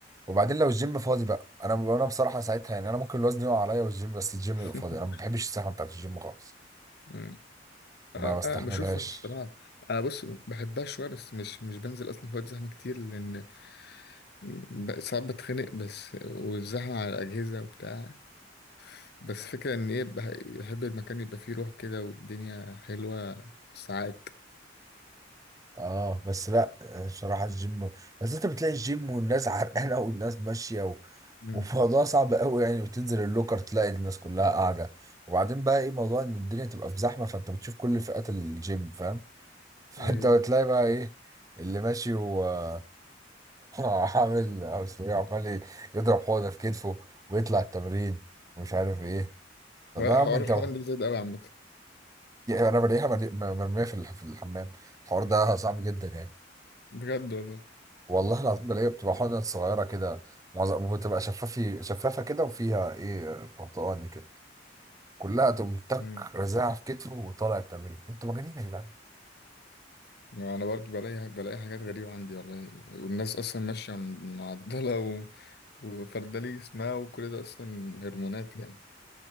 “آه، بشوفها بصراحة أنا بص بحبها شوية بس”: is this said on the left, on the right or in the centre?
Left